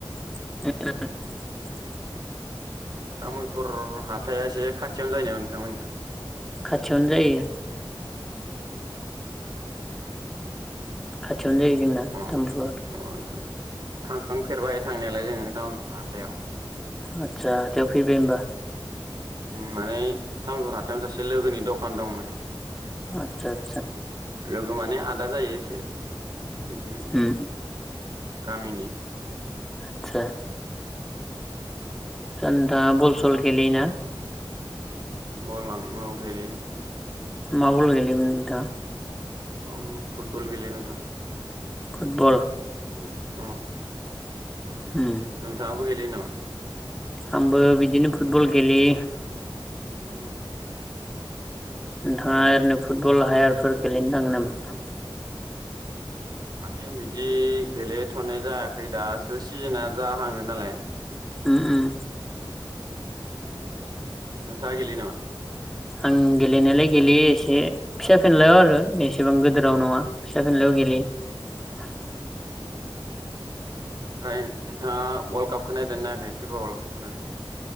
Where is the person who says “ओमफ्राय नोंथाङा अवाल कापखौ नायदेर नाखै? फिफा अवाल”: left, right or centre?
Right